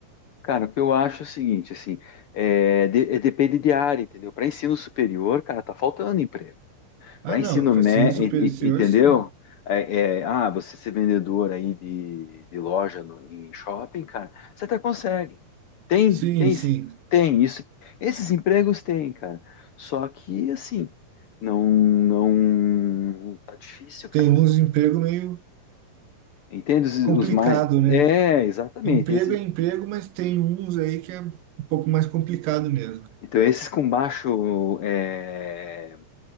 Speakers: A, on the left (about 70°); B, on the right (about 80°).
A: cara, o que eu acho é o seguinte, assim, é, de- é depende de área, entendeu? Para ensino superior, cara, tá faltando emprego.
B: Ah,
A: Para
B: não,
A: ensino
B: para
A: médio,
B: ensino superior,
A: entendeu?
B: sim.
A: É, é, ah, você ser vendedor aí de, de loja no, em shopping, cara, você até consegue. Tem,
B: Sim,
A: tem,
B: sim.
A: esse- tem isso. Esses empregos tem, cara. Só que assim, não, não tá difícil, cara.
B: Tem uns emprego meio
A: Entende os,
B: complicado,
A: os mais? É,
B: né?
A: exatamente.
B: Emprego
A: Esse-
B: é emprego, mas tem uns aí que é um pouco mais complicado mesmo.
A: então esses com baixo é,